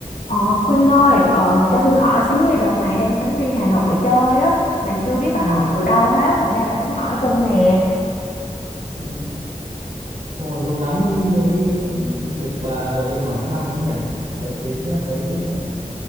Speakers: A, on the left; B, on the right.
A: Ờ, Khuynh ơi, ờ, cho Thư hỏi xíu đi, đợt này đang tính đi Hà Nội chơi á, mà chưa biết
B: Ừ.
A: bắt đầu từ đâu hết, thành ra là tính hỏi Khuynh nè.
B: Ừ. Ồ, lâu lắm mới mới được bà gọi điện hỏi thăm ấy nhỉ. Phải đến là mấy à,